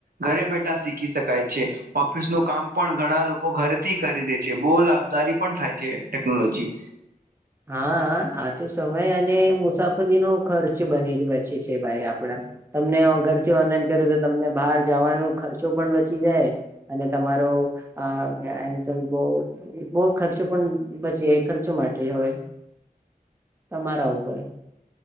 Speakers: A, on the right; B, on the right.
A: ઘરે બેઠા શીખી શકાય છે ઓફિસ નું કામ પણ ઘણા લોકો ઘરેથી કરી દે છે બોલ લાભદારી પણ થાય છે ટેકનોલોજી.
B: <inaudible> હા આ તો સમય અને મુસાફરીનો ખર્ચ બની જ બચે છે ભાઈ આપડા. તમને ઘરથી ઓનલાઈન કર્યું તો તમને બહાર જવાનો ખર્ચો પણ બચી જાય અને તમારો એમ તેમ બો બો ખર્ચો પણ બચે ખર્ચો માટે હોય તમારા ઉપર